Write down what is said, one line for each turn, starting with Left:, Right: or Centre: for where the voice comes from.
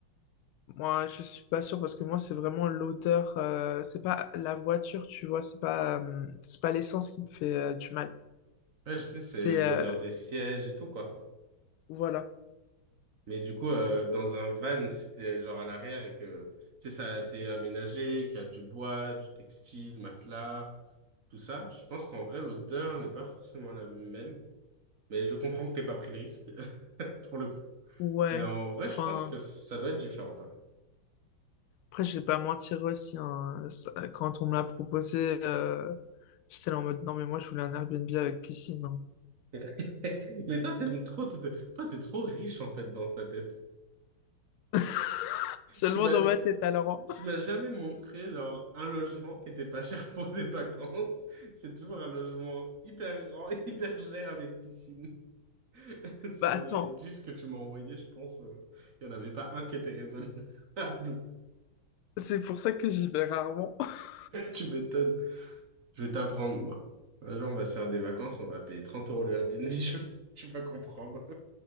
Left: moi, je suis pas sûre parce que moi, c'est vraiment l'odeur. euh, c'est pas la voiture, tu vois. C'est pas, euh, c'est pas l'essence qui me fait euh, du mal.
Right: Ouais, je sais, c'est
Left: C'est,
Right: l'odeur
Left: euh,
Right: des sièges et tout, quoi.
Left: voilà.
Right: Mais du coup, euh, dans un van, si t'es genre à l'arrière et que, tu sais, ça a été aménagé, qu'il y a du bois, du textile, matelas, tout ça, je pense qu'en vrai, l'odeur n'est pas forcément la même. Mais je comprends que t'aies pas pris le risque, <laughs> pour le coup.
Left: Ouais.
Right: Mais en vrai,
Left: Enfin.
Right: je pense que ça doit être différent quand même.
Left: Après, je vais pas mentir aussi, hein, Euh, quand on me l'a proposé, euh, j'étais là en mode non, mais moi je voulais un Airbnb avec piscine. hein.
Right: <laughs> Mais toi, t'aimes trop, te- te- toi, t'es trop riche en fait dans ta tête.
Left: <laughs> Seulement
Right: Tu m'as,
Left: dans ma tête alors.
Right: tu
Left: hein.
Right: m'as jamais montré genre un logement qui était pas cher pour des vacances. C'est toujours un logement hyper grand, <laughs> hyper cher avec piscine. <laughs> Sur
Left: Bah attends,
Right: les 10 que tu m'as envoyés, je pense, euh, il n'y en avait pas un qui était raisonnable. <laughs>
Left: c'est pour ça que j'y vais rarement. <laughs>
Right: Tu m'étonnes. Je vais t'apprendre, moi. Un jour, on va se faire des vacances, on va payer 30 euros le Airbnb, <laughs> je- tu vas comprendre.